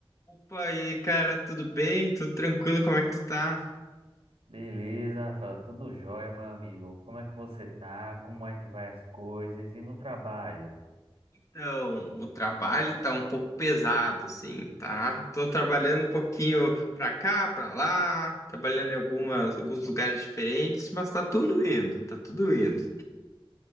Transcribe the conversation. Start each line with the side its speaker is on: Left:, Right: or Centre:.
Left: Opa, e aí, cara, tudo bem? Tudo tranquilo? Como é que tu tá?
Right: Beleza, Rafael, tudo jóia, meu amigo. Como é que você tá? Como é que vai as coisas? E no trabalho?
Left: Então, o trabalho tá um pouco pesado, assim, tá? Tô trabalhando um pouquinho pra cá, pra lá, trabalhando em algumas, alguns lugares diferentes, mas tá tudo indo, tá tudo indo.